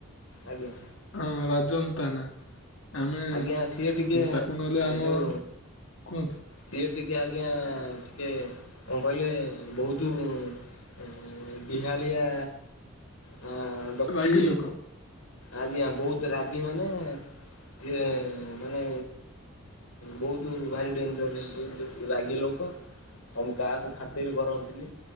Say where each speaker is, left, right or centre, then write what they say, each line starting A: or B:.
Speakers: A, on the left; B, on the left.
A: ଆଜ୍ଞା
B: ହଁ। ଜତା ନା। ଆମେ
A: ଆଜ୍ଞା ସିଏ ଟିକେ
B: ତାକୁ ନହେଲେ ଆମ
A: ଯୋଉ
B: କୁହନ୍ତୁ।
A: ସିଏ ଟିକେ ଆଜ୍ଞା ଟିକେ କଣ କହିଲେ ବହୁତ ଏ ବିହାଳିଆ ହଁ ଭକ୍ତି
B: ରାଗି ଲୋକ
A: ଆଜ୍ଞା ବହୁତ ରାଗି ମାନେ ସିଏ ମାନେ ବହୁତ ଭାରି ଡେଞ୍ଜର ରାଗି ଲୋକ। ଆମ କାହାକୁ ଖାତିରି କରନ୍ତିନି।